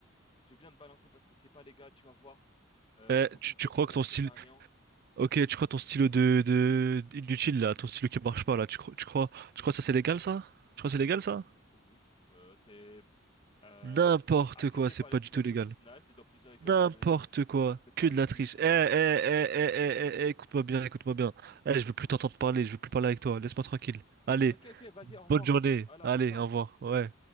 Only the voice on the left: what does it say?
Je vais bien te balancer parce que c'est pas légal. Tu vas voir, Euh,
ton business,
il
va
se
réduire à néant.
Oh,
Oui. Euh, c'est euh,
accepté
par
l'éducation
nationale. C'est dans plusieurs écoles
de,
de Paris
du
huitième
arrondissement.
Ok, ok, vas-y, au revoir.
Voilà,
ciao.